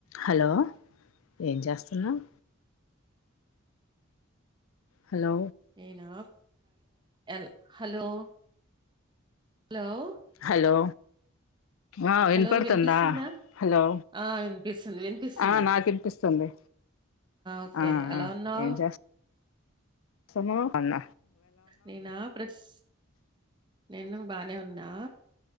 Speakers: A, on the left; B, on the right.
A: Hello ఏం చేస్తున్నావ్ hello
B: నేనా ాల హలో హలో <unintelligible>
A: హలో ఆ విన
B: హలో
A: పడుతుందా
B: వినిపిస్తుందా
A: హలో
B: ఆ వినిపిస్తుంది వినిపిస్తుంది
A: ఆ నాకు వినిపిస్తుంది
B: ఓకే
A: ఆ
B: ఎలా
A: ఆ
B: ఉన్నావు
A: ఏమ్ చేస్తా నావ్ అన్న
B: నేనా ప్రస్ నేను బానే ఉన్నా